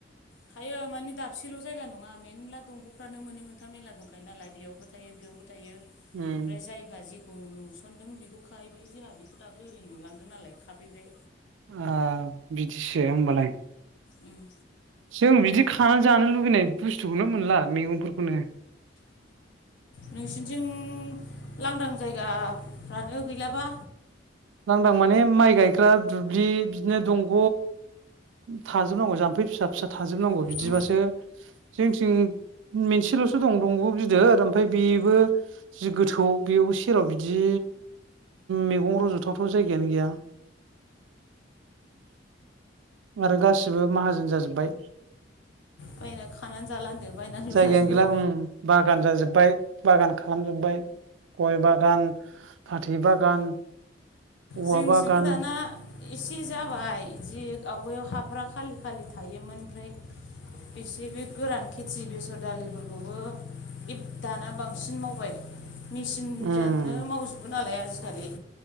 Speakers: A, on the left; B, on the right.
A: खायो मानि दाबसेल जायगा नङा मेनला दंग फ्रानो मोननै मोनथाम मेरला दंखायो नालाय बेयावबो थायो बेयावबो थायो
B: उम
A: मफ्राय जायफ्रा जे औ नुसनदों बेखौ खाहैबाय जोंहा बेखौ दाख्लै ओरै नुलांदों नालाय खाफैबाय
B: आ बिदिसो ओमबालाय
A: उम
B: जों बिदि खानानै जानो लुुबैनाय बुस्थुखौनो मोनला मैगंफोरखौनो
A: नोंसिनिथिं लांदां जायगा फ्रानो गैलाबा
B: लांदां माने माइ गायग्रा दुब्लि बिदिनो दंग थाजोबनांगौ जाम्फै फिसा फिसा थाजोबनांगौ बिदिबासो
A: उम
B: जोंथिं मिनसेल सो दं दंग गिदिर ओमफ्राय बेबो जि गोथौ बेबो सेराव बिदि मैगं रज थाव थाव जायगायानो गैया आरो गासिबो माहाजोन जाजोब्बाय
A: बायना खानानै जाला होनदो बायनानैल'
B: जायगायान
A: जाजोब्बाय
B: गैला ओं बागान जाजोब बाय बागान खालामजोब्बाय गय बागान फाथै बागान औवा
A: जोंनिथिंबो
B: बागान
A: दाना इसे जाबाय इदि आवगायाव हाफ्रा खालि खालि थायोमोन ओमफ्राय एसे बे गोरान खेथि बेसर दालिफोरखौबो इब दाना बांसिन मावबाय मेसिन
B: उम
A: जाननो मावजोबोन नाला लाय आजिखालि